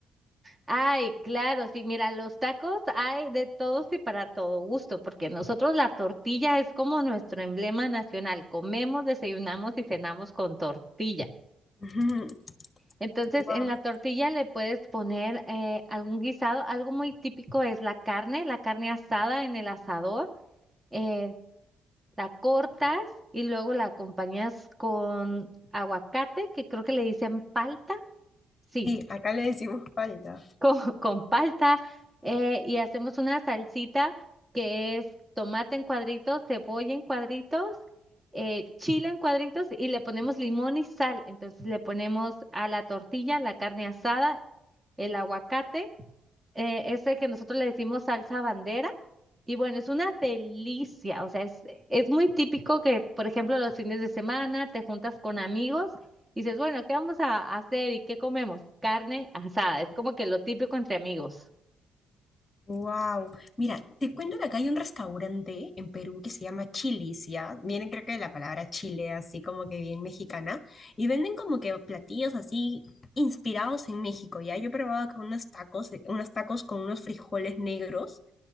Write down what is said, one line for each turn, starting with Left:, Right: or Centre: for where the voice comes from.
Right: Ay, claro, sí, mira, los tacos hay de todos y para todo gusto, porque nosotros la tortilla es como nuestro emblema nacional. Comemos, desayunamos y cenamos con tortilla.
Left: <laughs>
Right: Entonces,
Left: Wow.
Right: en la tortilla le puedes poner eh, algún guisado. Algo muy típico es la carne, la carne asada en el asador. eh, la cortas y luego la acompañas con aguacate, que creo que le dicen palta. Sí,
Left: Sí, acá le decimos palta.
Right: <laughs> con palta eh, y hacemos una salsita que es tomate en cuadritos, cebolla en cuadritos, eh, chile en cuadritos y le ponemos limón y sal. Entonces le ponemos a la tortilla la carne asada, el aguacate eh, este que nosotros le decimos salsa bandera. Y bueno, es una delicia, o sea, es, es muy típico que, por ejemplo, los fines de semana te juntas con amigos y dices, bueno, ¿qué vamos a hacer y qué comemos? Carne asada, es como que lo típico entre amigos.
Left: Wow. Mira, te cuento que acá hay un restaurante en Perú que se llama Chili's, ¿ya? Viene creo que de la palabra chile, así como que bien mexicana. Y venden como que platillos así inspirados en México, ¿ya? Yo he probado con unos tacos, de- unos tacos con unos frijoles negros.